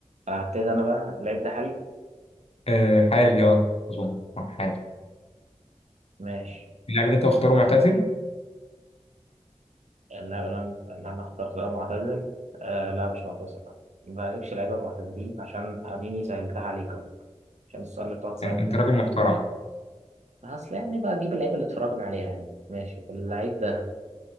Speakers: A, on the right (about 75°); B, on the left (about 60°).
A: آه، ابتدي انا بقى اللعيب ده حالي
B: آه حالي اه اظن آه، حالي
A: ماشي
B: اللاعب اللي انت مختاره معتزل
A: لا انا لا انا اخترت ده معتزل آه لا مش معتزل لا. ما بجيبش لعيبه معتزلين عشان اديني سهلتها عليك اهو عشان السؤال اللي بتقعد تساله
B: انت
A: ده
B: راجل محترم
A: اصل يعني بقى اجيب اللعيبه اللي اتفرجنا عليها يعني ماشي اللعيب ده